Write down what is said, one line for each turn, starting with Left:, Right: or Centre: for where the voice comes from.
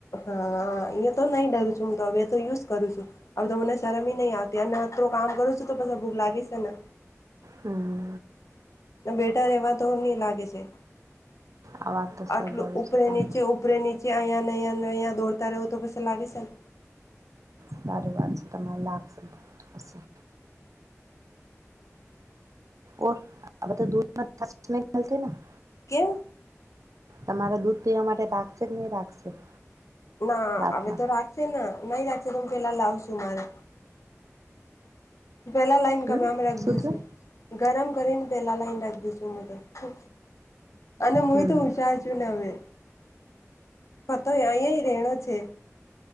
Left: હા અ તો નહી ડરું છું હું તો હવે તો યુઝ કરું છું. હવે તો મને શરમ નઈ આવતી અને અત્રું કામ કરું છું તો પછ ભૂખ લાગી છે ને.
Right: હમ.
Left: બેઠા રહેવા તો નહી લાગે છે
Right: આ વાત તો સ
Left: આટલું
Right: બોલો
Left: ઉપરે
Right: છો તમે
Left: નીચે ઉ ઉપરે નીચે અહીંયાને અહીંયાને અહીંયા દોડતા રહો તો પછી લાગે છે ને.
Right: સાર વાત છે તમારી લાગશે પછી ઓ આ બધું દૂધ ના <unintelligible>
Left: કેવું
Right: તમારે દૂધ પીવા માટે રાખશે કે નહી રાખશે.
Left: ના
Right: રાતના
Left: હવે તો રાખશે ને નહી રાખશે ત પેલા લાવશું મારે. પહેલા લાઈન
Right: હમ
Left: કમરા મેં રખ
Right: શું
Left: દઈશું
Right: થયું
Left: ગરમ કરીને તેલા લઈને રાખી દઈશું તો અને હું
Right: હમ
Left: એ તો હુછાર. હવે ફતો અંહિયાય રહેણા છે.